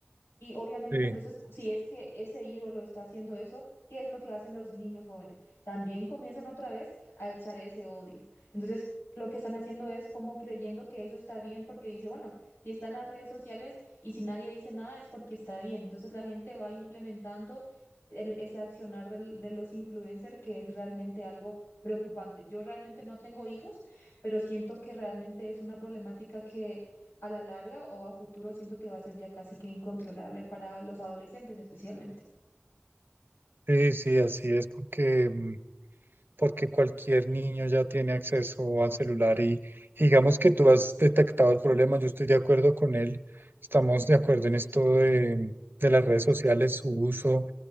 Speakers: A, on the left (about 85°); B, on the right (about 60°).
A: Y obviamente,
B: sí,
A: entonces, si es que ese ídolo está haciendo eso, ¿qué es lo que hacen los niños jóvenes? También comienzan otra vez a echar ese odio. Entonces, lo que están haciendo es como creyendo que eso está bien porque dice, bueno, si están las redes sociales y si nadie dice nada es porque está bien. Entonces, la gente va implementando el- ese accionar del- de los influencers que es realmente algo preocupante. Yo realmente no tengo hijos, pero siento que realmente es una problemática que a la larga o a futuro siento que va a ser ya casi que incontrolable para los adolescentes especialmente.
B: sí, sí, así es, porque... mm, porque cualquier niño ya tiene acceso al celular y, y digamos que tú has detectado el problema, yo estoy de acuerdo con él, estamos de acuerdo en esto de, de las redes sociales, su uso